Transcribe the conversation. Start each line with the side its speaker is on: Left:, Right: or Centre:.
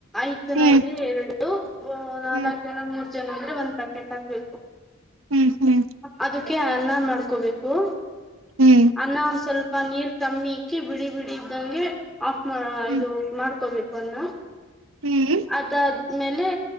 Centre: ಐದ ಜನ
Right: ಹ್ಮ್
Centre: ಇದ್ರೆ ಎರಡು ನಾಲ್ಕ್
Right: ಹ್ಮ್
Centre: ಜನ ಮೂರ್ ಜನ ಅಂದ್ರೆ ಒಂದ್ ಪ್ಯಾಕೆಟ್ ಹಾಕ್ಬೇಕು
Right: ಹ್ಮ್ ಹ್ಮ್
Centre: ಅದಕ್ಕೆ ಅನ್ನ ಮಾಡ್ಕೋಬೇಕು
Right: ಹ್ಮ್
Centre: ಅನ್ನ ಒ ಸ್ವಲ್ಪ ನೀರ್ ಕಮ್ಮಿ ಇಕ್ಕಿ ಬಿಡಿ ಬಿಡಿ ಇದ್ದಂಗೆ ಆಫ್ ಮಾಡ
Right: ಹ್ಮ್
Centre: ಇದು ಮಾಡ್ಕೋಬೇಕು ಅನ್ನ
Right: ಹ್ಮ್ ಹ್ಮ್
Centre: ಅದಾದ್ಮೇಲೆ